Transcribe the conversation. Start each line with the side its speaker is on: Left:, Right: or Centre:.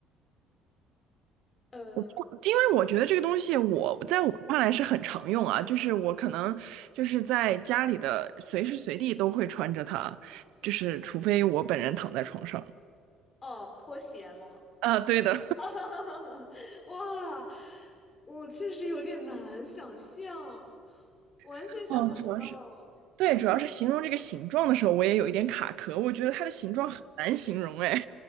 Left: 呃
Right: <laughs> 因为我觉得这个东西我在我看来是很常用啊，就是我可能就是在家里的随时随地都会穿着它，就是除非我本人躺在床上。
Left: 哦，拖鞋吗？
Right: 啊，对的。
Left: <laughs> 哇，我确实有点难想象，完全想象不到。
Right: <laughs> 哦，主要是。对，主要是形容这个形状的时候，我也有一点卡壳。我觉得它的形状很难形容，哎，